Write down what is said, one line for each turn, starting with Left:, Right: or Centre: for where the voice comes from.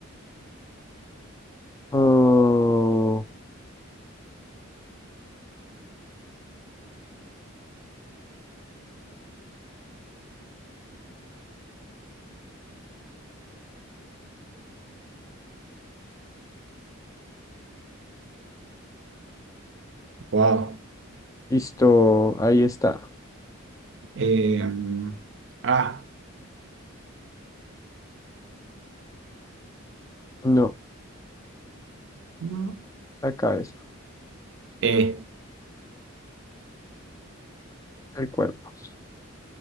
Left: Oh,
Right: Wow.
Left: listo, ahí está.
Right: <laughs> ah,
Left: No,
Right: no.
Left: la cabeza,
Right: E,
Left: el cuerpo.